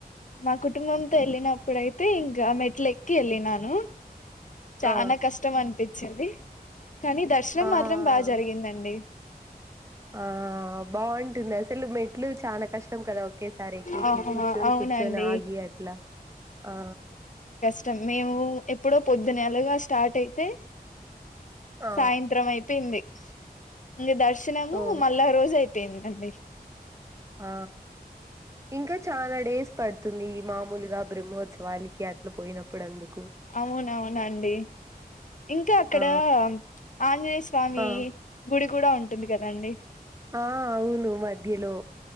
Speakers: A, on the left; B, on the right.
A: మా కుటుంబంతో వెళ్ళినప్పుడయితే ఇంకా మెట్ల ఎక్కి వెళ్ళినాను చాల
B: ఆ
A: కష్టం అనిపించింది కానీ దర్శనం
B: ఆ
A: మాత్రం బాగా జరిగిందండి
B: ఆ ఆ బాగుంటుంది అసలు మెట్లు చాలా కష్టం కదా ఒక ఒకసారీ ఎక్కి ఎక్కి
A: ఆ
B: కూర్చొని
A: అవునండి
B: కూర్చొని ఆగి అట్లా ఆ
A: మొత్తం మేము ఎప్పుడో పొద్దు అలగా స్టార్ట్ అయితే
B: ఆ
A: సాయంత్రం అయిపోయింది ఇంకా దర్శనము
B: ఓ
A: మళ్ళా రోజు అయిపోయిందండి
B: ఆ ఇంకా చాలా డేస్ పడుతుంది మామూలుగా బ్రహ్మోత్సవాాలకి అట్లా పోయినప్పుడు అందుకు
A: అవునవునండి ఇంకా అక్కడ
B: ఆ
A: ఆంజనేయ స్వామి
B: ఆ
A: స్వామి గుడి కూడా ఉంటుంది కదండి
B: ఆ అవును మధ్యలో